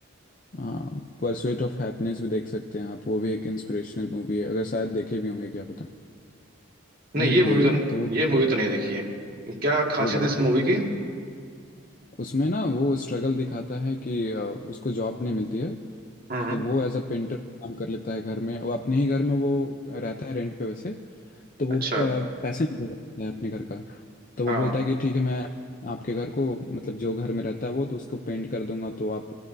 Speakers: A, on the left; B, on the right.
A: हाँ परसुएट ऑफ हैप्पीनेस भी देख सकते हैं आप वो भी एक इंस्पिरेशनल मूवी है अगर शायद देखे भी होंगे क्या पता
B: नहीं
A: नहीं देखिए
B: ये मूवी तो
A: क्या तो वो
B: ये मूवी तो नहीं देखी है क्या खासियत
A: वो बहुत
B: है इस मूवी की
A: उसमें ना वो स्ट्रगल दिखाता है कि अ, उसको जॉब नहीं मिलती है
B: हम्म हम्म।
A: तो वो एज अ पेंटर काम कर लेता है घर में वो अपने ही घर में वो रहता है रेंट पे वैसे तो वो
B: अच्छा
A: प- पैसे नहीं दे पाता है अपने घर का तो
B: हाँ
A: वो बोलता है कि ठीक है मैं आपके घर को मतलब जो घर में रहता है वो तो उसको पेंट कर दूंगा तो आप